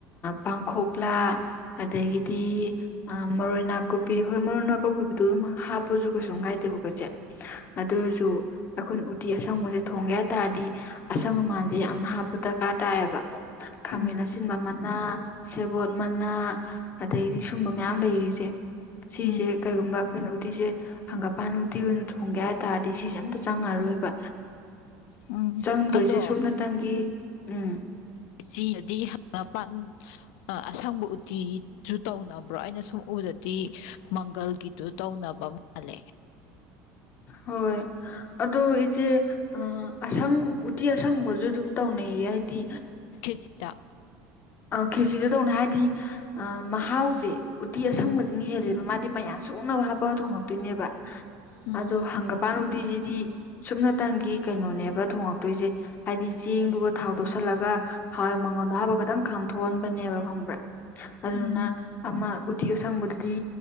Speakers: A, on the left (about 25°); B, on the left (about 65°).
A: ꯄꯥꯡꯈꯣꯛꯂꯥ ꯑꯗꯒꯤꯗꯤ ꯑꯥ ꯃꯔꯣꯏ ꯅꯥꯀꯨꯞꯄꯤ ꯍꯣꯏ ꯃꯔꯣꯏ ꯅꯥꯀꯨꯞꯄꯤꯕꯨꯗꯨ ꯍꯥꯞꯄꯁꯨ ꯀꯩꯁꯨꯝ ꯀꯥꯏꯦ ꯀꯥꯏꯗꯦꯕ ꯀꯣ ꯏꯆꯦ ꯑꯗꯨꯏꯁꯨ ꯑꯩꯈꯣꯏꯅ ꯎꯇꯤ ꯑꯁꯪꯕꯁꯦ ꯊꯣꯡꯒꯦ ꯍꯥꯏ ꯇꯥꯔꯗꯤ ꯑꯁꯪ ꯑꯃꯥꯟꯁꯦ ꯌꯥꯝꯅ ꯍꯥꯞꯄ ꯗꯔꯀꯥꯔ ꯇꯥꯏꯌꯦꯕ ꯈꯥꯃꯦꯟ
B: ꯎꯝ ꯎꯝ
A: ꯑꯁꯤꯟꯕ ꯃꯅꯥ ꯁꯦꯕꯣꯠ ꯃꯅꯥ ꯑꯗꯩꯗꯤ ꯁꯨꯝꯕ ꯃꯌꯥꯝ ꯂꯩꯔꯤ ꯏꯆꯦ ꯁꯤꯁꯦ
B: ꯎꯝ
A: ꯀꯩꯒꯨꯝꯕ ꯑꯩꯈꯣꯏꯅ ꯎꯇꯤꯁꯦ ꯍꯪꯒ ꯍꯪꯒꯥꯝꯄꯥꯂ ꯅꯨꯨꯇꯤ ꯑꯣꯏꯅ ꯊꯣꯡꯒꯦ ꯍꯥꯏ ꯇꯥꯔꯗꯤ ꯁꯤꯁꯦ ꯑꯝꯇ ꯆꯪꯉꯔꯣꯏꯕ
B: ꯎꯝ
A: ꯆꯪꯗꯣꯏꯁꯦ
B: ꯑꯗꯣ
A: ꯁꯨꯞꯅꯇꯪꯒꯤ ꯎꯝ
B: ꯆꯤꯗꯗꯤ ꯄꯥꯟ ꯑꯁꯪꯕ ꯎꯇꯤꯁꯨꯨ ꯇꯧꯅꯕ꯭ꯔꯣ ꯑꯩꯅ ꯁꯨꯝ ꯎꯗ ꯗꯗꯤ ꯃꯪꯒꯜꯒꯤꯗꯨ ꯇꯧꯅꯕ ꯃꯥꯜꯂꯦ
A: ꯍꯣꯏ ꯑꯗꯣ ꯏꯆꯦ ꯑꯁꯪ ꯎꯇꯤ ꯑꯁꯪꯕꯁꯨ ꯑꯗꯨꯝ ꯇꯧꯅꯩꯌꯦ ꯍꯥꯏꯗꯤ
B: ꯈꯦꯠꯆꯤꯗ
A: ꯑꯥ ꯈꯦꯁꯤꯗ ꯇꯧꯅꯤ ꯍꯥꯏꯗꯤ ꯃꯍꯥꯎꯁꯦ ꯎꯇꯤ
B: ꯎꯝ
A: ꯑꯁꯪꯕꯁꯤꯅ ꯍꯦꯜꯂꯦꯕ ꯃꯥ ꯗꯤ ꯃꯌꯥꯝ ꯁꯣꯛꯅꯕ ꯍꯥꯞꯄꯒ ꯊꯣꯡꯉꯛꯇꯣꯏꯅꯦꯕ
B: ꯎꯝ
A: ꯑꯗꯣ ꯍꯪꯒꯄꯥꯟ ꯔꯨꯇꯤꯁꯤꯗꯤ ꯁꯨꯞꯅꯇꯪꯒꯤ ꯀꯩꯅꯣꯅꯦꯕ ꯊꯣꯡꯉꯛꯇꯣꯏꯁꯦ ꯍꯥꯏꯗꯤ ꯆꯦꯡꯗꯨꯒ ꯊꯥꯎ ꯇꯣꯠꯁꯤꯜꯂꯒ ꯍ ꯃꯉꯣꯟꯗꯣ ꯍꯥꯕ ꯈꯛꯇꯪ ꯀꯥꯝꯊꯣꯛꯍꯟꯕꯅꯦꯕ ꯈꯪꯕ꯭ꯔꯥ ꯑꯗꯨꯅ
B: ꯎꯝ
A: ꯑꯃ ꯎꯇꯤ ꯑꯁꯪꯕꯗꯨꯗꯤ